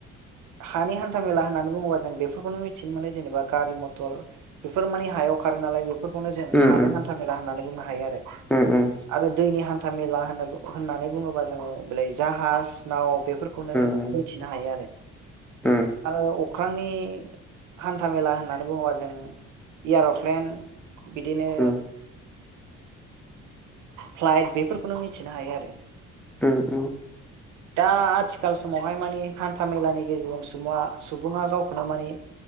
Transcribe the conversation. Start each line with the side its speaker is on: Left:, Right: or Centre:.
Right: हानि हान्था मेला होननानै बुङोबा जों बेफोरखौनो मिथिनो मोनो जेनेबा गारि मटर बेफोर माने हायाव खारो नालाय बेफोरखौनो जों
Centre: उम
Right: हानि
Centre: उम
Right: हान्था मेला होननानै बुंनो हायो आरो
Centre: उम उम
Right: आरो दैनि हा न्था मेला होनना बु होननानै बुङोबा जों जाहाज, नाव बे फोरखौनो
Centre: उम
Right: मिथिनो हायो आरो,
Centre: उम
Right: आरो अख्रांनि हान्थामेला होननानै बुङोबा जों एयार'प्लेन बिदिनो
Centre: उम
Right: प्लाइट बेफोरखौनो मिथिनो हायो आरो
Centre: उम उम।
Right: दा आथिखाल समावहाय माने हान्था मेलानि गेजेरजों सुबङा सुबुङा गावखौनो माने